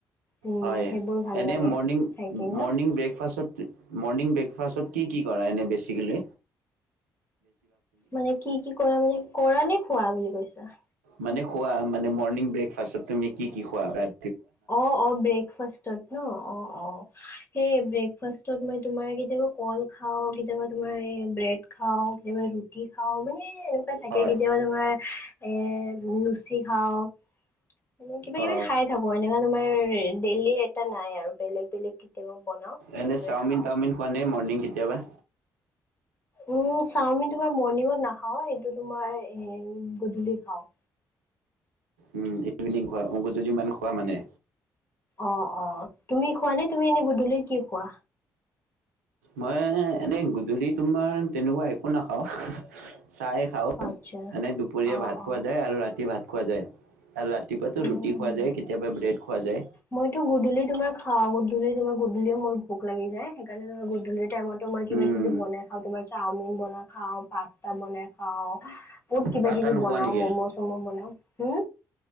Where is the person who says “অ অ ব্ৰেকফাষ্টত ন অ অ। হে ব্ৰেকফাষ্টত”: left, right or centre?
Left